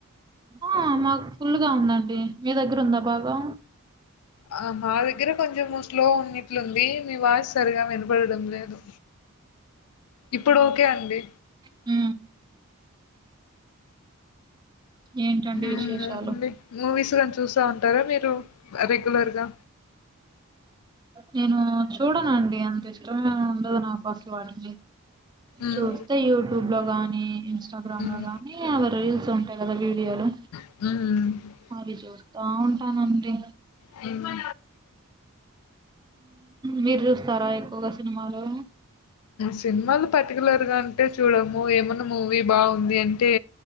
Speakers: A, on the right; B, on the left.
A: ఆ మాకు ఫుల్గా గ ఉందండి మీ దగ్గర ఉందా బాగా
B: ఆ మా దగ్గర కొంచెం స్లో ఉన్నిట్లుంది మీ వాయిస్ సరిగా వినబడడం లేదు ఇప్పుడు ఓకే అండి
A: ఆ ఏంటండి
B: మ్మ్,
A: విశేషాలు
B: అండి మూవీస్ కానీ చేస్తా ఉంటారా మీరు రెగ్యులర్ గా
A: నేను చూడనండి అంత ఇష్టమే ఉండదు నాకు అసలు
B: ఉమ్
A: చూస్ అయితే యూట్యూబ్ లో గానీ ఇన్స్టాగ్రామ్
B: ఉమ్
A: లో గానీ అవ రీల్స్ ఉంటాయి కదా వీడియోలు
B: ఉమ్
A: అవి చూస్తా ఉంటానండి
B: హు
A: మీరు చూస్తారా ఎక్కువగా సినిమాలు
B: సినిమాలు పర్టికులర్ గా అంటే చూడము ఏమన్నా మూవీ బాగుంది అంటే